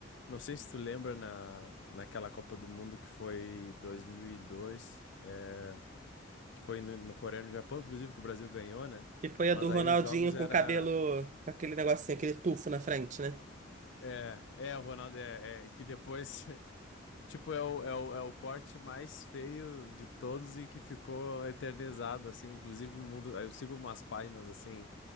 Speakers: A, on the left; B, on the right.
A: Não sei se tu lembra na, naquela Copa do Mundo que foi 2002, é, que foi no, no Coreia e no Japão, inclusive, que o Brasil ganhou, né?
B: E foi a
A: Mas
B: do Ronaldinho
A: aí os jogos
B: com
A: era...
B: o cabelo, com aquele negocinho, aquele tufo na frente, né?
A: É, é, o Ronaldo, é, é que depois Tipo, é o, é o, é o corte mais feio de todos e que ficou eternizado, assim, inclusive no mundo. Aí eu sigo umas páginas, assim,